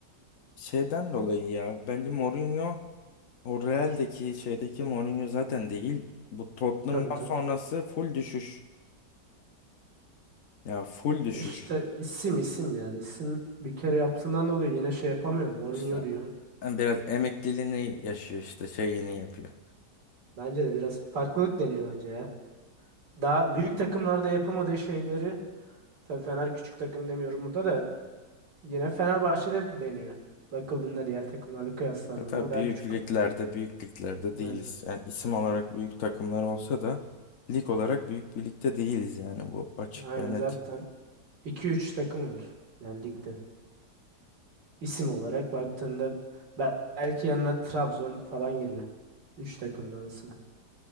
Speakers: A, on the left (about 55°); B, on the right (about 80°).
A: şeyden dolayı ya. Bence Mourinho O Real'deki şeydeki Mourinho zaten değil. Bu Tottenham'dan
B: Tabii tabii.
A: sonrası full düşüş. Ya full düşüş.
B: E İşte isim isim ya. İsim bir kere yaptığından dolayı yine şey yapamıyorum. Mourinho
A: İşte
B: diyorsun.
A: yani biraz emekliliğini yaşıyor işte şeyini yapıyor.
B: Bence de biraz farklılık deniyor bence ya. Daha büyük takımlarda yapamadığı şeyleri Tabii Fener küçük takım demiyorum burada da yine Fenerbahçe'de deniyor. Bakıldığında diğer takımlarla kıyaslandığında
A: Ya tabii
B: daha
A: büyük
B: küçük
A: liglerde
B: kalıyor.
A: büyük liglerde
B: Aynen.
A: değiliz. Yani isim olarak büyük takımlar olsa da lig olarak büyük bir ligde değiliz yani bu açık
B: Aynen
A: ve net.
B: zaten iki üç takım var yani ligde. İsim olarak baktığında bel- belki yanına Trabzon falan giriyor. üç takımın arasına.